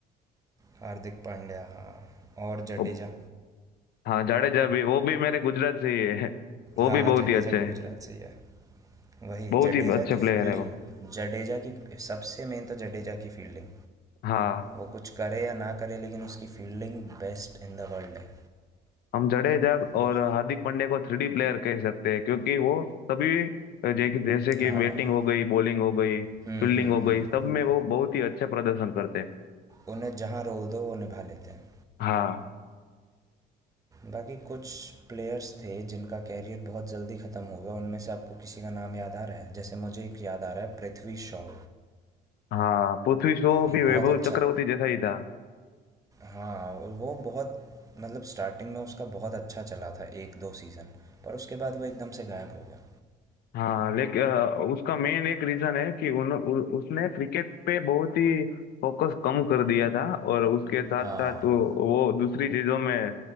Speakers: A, on the right; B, on the left.
A: हार्दिक पांड्या हाँ और जडेजा
B: वो- हाँ जाडेजा भी वो भी मेरे गुजरात से ही है वो
A: हाँ
B: भी बहुत
A: जडेजा
B: ही अच्छे
A: भी गुजरात
B: है
A: से ही है वही
B: बहुत
A: जडेजा
B: ही अच्छे
A: की फील्डिंग
B: प्लेयर है वो
A: जडेजा की सबसे मेन तो जडेजा की फील्डिंग
B: हाँ
A: वो कुछ करे या ना करे लेकिन उसकी fielding best in the world है
B: हम जडेजा और
A: उस-
B: हार्दिक पांड्या को थ्री डी प्लेयर कह सकते हैं क्योंकि वो सभी जै- जैसे कि
A: हाँ
B: बैटिंग हो गई बॉलिंग हो गई फील्डिंग
A: हम्म हम्म
B: हो गई
A: हम्म
B: सब में वो बहुत ही अच्छा प्रदर्शन करते हैं
A: उन्हें जहाँ रोल दो वो निभा लेते हैं
B: हाँ
A: बाकी कुछ प्लेयर्स थे जिनका कैरियर बहुत जल्दी ख़त्म हो गया उनमें से आपको किसी का नाम याद आ रहा है जैसे मुझे एक याद आ रहा है पृथ्वी शॉ
B: हाँ पृथ्वी शॉ
A: एक
B: भी वैभव
A: बहुत अच्छा
B: चक्रवर्ती जैसा ही था
A: हाँ वो बहुत मतलब स्टार्टिंग में उसका बहुत अच्छा चला था एक दो सीज़न पर उसके बाद वो एकदम से गायब हो गया
B: हाँ लेकिन उसका मेन एक रीजन है कि उन, उ, उसने क्रिकेट पे बहुत ही फोकस कम कर दिया था और उसके साथ
A: हाँ
B: साथ वो, वो दूसरी चीजों में